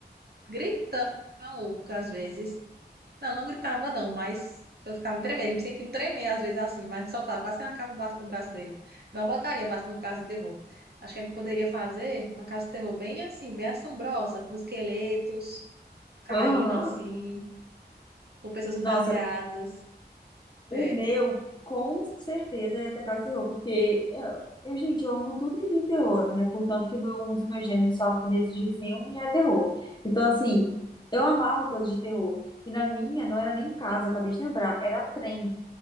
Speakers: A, on the right (about 65°); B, on the left (about 25°).
A: gritando, maluco, às vezes. Não, não gritava não, mas eu ficava me tremendo. Ele me sentia me tremer às vezes assim, mas soltava, quase que arrancava o braço o braço dele. Não botaria braço no Casa do Terror. Acho que a gente poderia fazer uma Casa do Terror bem assim, bem assombrosa, com esqueletos caindo
B: Aham.
A: assim, com pessoas fantasiadas.
B: Nossa, o
A: É.
B: meu, com certeza, ia ter Casa do Terror, porque eu, eu, gente, eu amo tudo que tem terror, né? Portanto, que o meu, um dos meus gêneros favoritos de filme é terror. Então, assim, eu amava coisa de terror. E na minha, não era nem casa, eu acabei de lembrar, era trem.